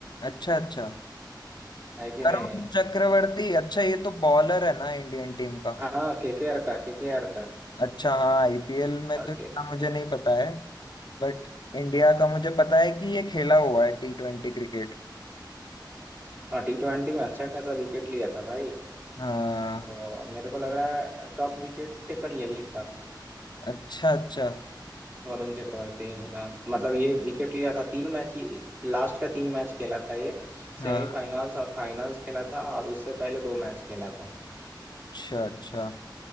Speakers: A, on the left; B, on the right.
A: अच्छा अच्छा
B: है कि
A: वरुण
B: नहीं
A: चक्रवर्ती अच्छा ये तो बॉलर है ना इंडियन टीम का
B: हाँ केकेआर का केकेआर का
A: अच्छा हाँ आईपीएल में
B: और
A: तो इतना
B: के
A: मुझे नहीं पता है बट इंडिया का मुझे पता है कि ये खेला हुआ है टी ट्वेंटी क्रिकेट
B: हाँ टी ट्वेंटी में अच्छा खासा विकेट लिया था भाई
A: हाँ
B: तो मेरे को लग रहा है टॉप विकेट टेकर यही था
A: अच्छा अच्छा
B: वरुण चक्रवर्ती ने हाँ मतलब ये विकेट लिया था तीन मैच ही लास्ट का तीन मैच खेला था ये
A: हाँ
B: सेमीफाइनल्स और फाइनल्स खेला था और उससे पहले दो मैच खेला था
A: अच्छा अच्छा